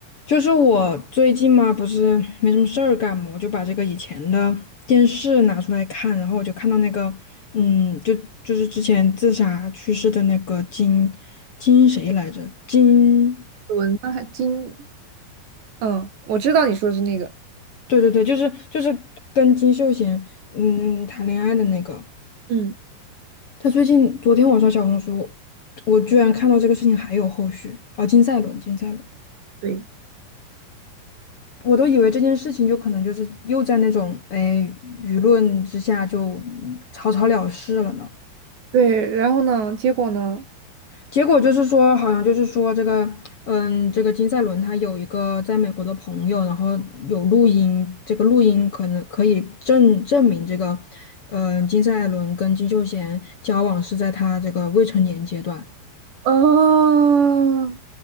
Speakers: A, on the left; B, on the right.
A: 就是我最近嘛，不是没什么事儿干嘛，我就把这个以前的电视拿出来看，然后我就看到那个，嗯，就就是之前自杀去世的那个金金谁来着？金，
B: 文那还金，嗯，我知道你说的是那个，
A: 对对对，就是就是跟金秀贤嗯谈恋爱的那个，
B: 嗯，
A: 他最近昨天我刷小红书，我居然看到这个事情还有后续，啊，金赛纶，金赛纶。
B: 对，
A: 我都以为这件事情就可能就是又在那种哎舆论之下就嗯草草了事了呢。
B: 对，然后呢，结果呢，
A: 结果就是说，好像就是说这个，嗯，这个金赛纶他有一个在美国的朋友，然后有录音，这个录音可能可以证证明这个，嗯，金赛纶跟金秀贤交往是在他这个未成年阶段。
B: 哦，